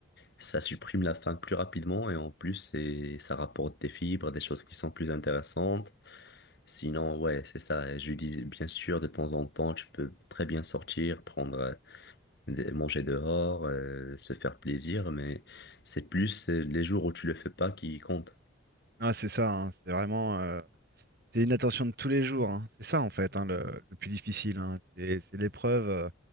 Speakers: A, on the left; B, on the right.
A: ça supprime la faim plus rapidement et en plus, c'est, ça rapporte des fibres, des choses qui sont plus intéressantes. Sinon, ouais, c'est ça. Et Je lui dis, bien sûr, de temps en temps, tu peux très bien sortir, prendre euh, de- manger dehors, euh, se faire plaisir, mais c'est plus euh, les jours où tu le fais pas qui comptent.
B: Ah, c'est ça, hein, C'est vraiment. euh, C'est une attention de tous les jours, hein. C'est ça en fait hein, le, le plus difficile. hein. C'est c'est l'épreuve, euh,